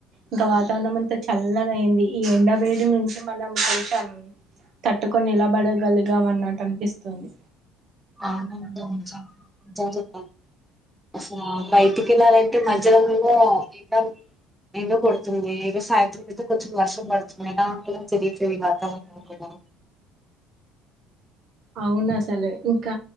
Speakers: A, on the right; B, in the centre.
A: ఇంకా వాతావరణం అంతా చల్లగా అయింది. ఈ ఎండ వేడి నుంచి మనం కొంచెం తట్టుకొని నిలబడగలిగామ అన్నట్టు అనిపిస్తుంది.
B: ఆనందించ నిజం చెప్పు బస్సులు ఆగి బయటికి వెళ్లలంటే మధ్యలోనేమో టం ఎండ కొడుతుంది ఏదో సాయంత్రం అయితే కొంచెం వర్షం పడుతుంది. ఎలా ఉంటుందో తెలియట్లేదు వాతావరణం కూడా
A: అవును అసలు ఇంకా